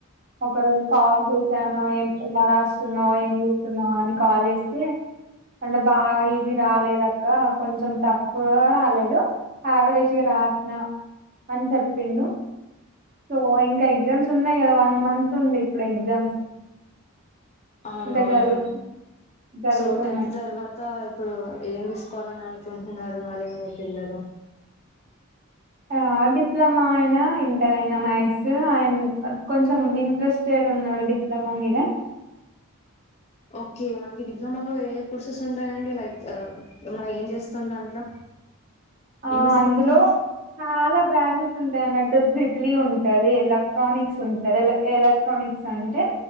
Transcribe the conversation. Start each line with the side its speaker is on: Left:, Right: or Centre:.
Right: ఒక రోజు కాల్ చేశాను ఏ ఎలా రా స్తున్నావ్ ఏం చూస్తున్నావ్ అని కాల్ చేస్తే అంటే బాగా ఈజీ రాలేదు అక్క కొంచెం టఫ్గా రాలే యావరేజ్ గా రాసిన అని చెప్పిండు సో ఇంకా ఎగ్జామ్స్ ఉన్నాయి కదా వన్ మంత్ ఉంది ఇప్పుడు ఎగ్జామ్స్
Left: అవునవును
Right: ఇంకా జరుగుతు జరుగుతున్నాయి
Left: సో టెన్త్ తర్వాత ఇప్పుడు ఏం తీస్ కోలని అనుకుంటున్నారు మరి మీ పిల్లలు
Right: ఆ డిప్లొమా అయిన, ఇంటర్ అయిన, మ్యాథ్స్ అయిన్, కొంచెం ఇంట్రెస్టెడ్ గా ఉన్నాడు డిప్లొమా మీద
Left: ఓకే మనకి డిప్లొమాలో ఏ కోర్సెస్ ఉంటాయంండి లైక్ మన ఏం చేస్తాం దాంట్లో
Right: ఆ
Left: యూజ్
Right: అందులో
Left: ఏంటి
Right: చాలా బ్రాంచ్ చెస్ ఉంటాయి అన్నట్టు ట్రిపులీ ఉంటది. ఎలక్ట్రానిక్స్ ఉంటది, ఎలక్ట్రానిక్స్ అంటే